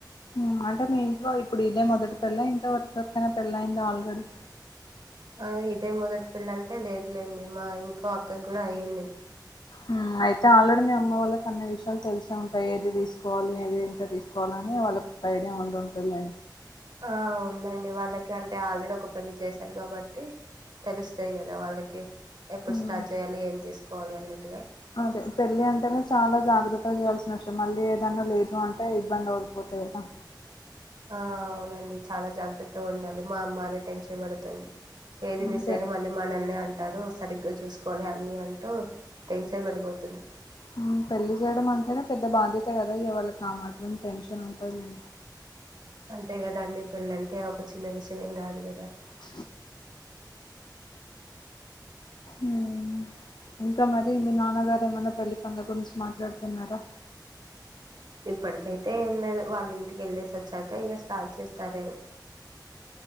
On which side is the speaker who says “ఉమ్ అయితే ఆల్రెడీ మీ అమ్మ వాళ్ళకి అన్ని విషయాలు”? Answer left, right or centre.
Left